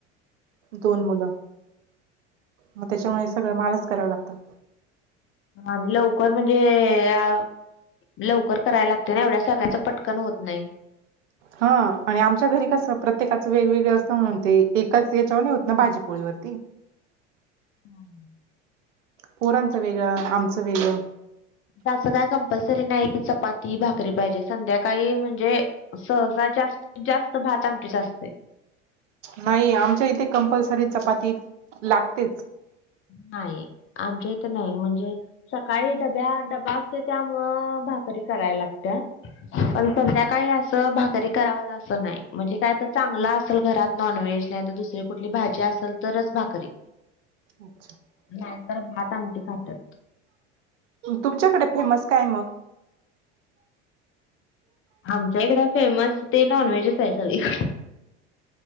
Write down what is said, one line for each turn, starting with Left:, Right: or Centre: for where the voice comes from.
Right: दोन मुलं. मग त्याच्यामुळे
Left: पण
Right: सगळं मालाच कराव लागतं.
Left: आणि लवकर म्हणजे अ- लवकर करायला लागते ना, एवढ्या सगळ्यांचं पटकन होत नाही.
Right: हा आणि आमच्या घरी कसं प्रत्येकाचं वेगवेगळ असंत म्हणजे एकच याच्यावर नाही होत ना भाजीपोळीवरती.
Left: हम्.
Right: पोरांच वेगळ आमच वेगळ.
Left: अस काय कंपल्सरी नाही कि, चपाती भाकरी पाहिजे संध्याकाळी म्हणजे सहसा जास्त- जास्त भात आमटीच आसतेय.
Right: नाही आमच्या इथे कंपल्सरी चपाती लागतेच.
Left: नाही आमच्या इथ नाई म्हणजे सकाळी डब्या डबा असते त्यामुळ अ भाकरी कराया लागत्या. पण संध्याकाळी अस भाकरी कराव अस नाही म्हणजे काय त चांगला असेल घरात नॉनव्हेज नाही, तर दुसरी कुठली भाजी असेल तरच भाकरी.
Right: <inaudible>
Left: नाही तर भात आमटी खात्यात.
Right: तुमच्याकडे फेमस काय मग?
Left: आमच्या इकड फेमस ते नॉनव्हेजच आहे सगळीकड.